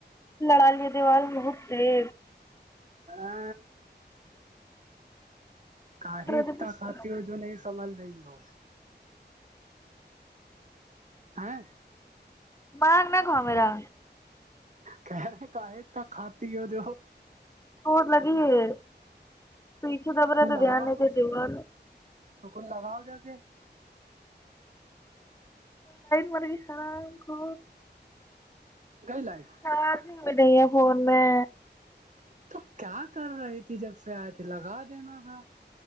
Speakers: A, on the left; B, on the right.
A: لڑالیا دیوال بہت ہے
B: ا کئی
A: دماغ
B: تقات ہو جو نہیں کمل نہیں ہو ہاں
A: م میں کا میرا
B: کہ کا ہے ت کاتاتی ہے جو
A: چٹ لگی ہے پیچھے دب رہا تو
B: لگاؤ
A: دھیان نہیں
B: کچھ
A: د دا
B: تو کچھ لگاؤ جا گ
A: ولیکم عر اللام کو
B: گئی لائف
A: سواز نہیں ہو رہی ہے فون میں
B: تو کیا کر رہی تھی جب سے آئی تھی لگا دینا تھا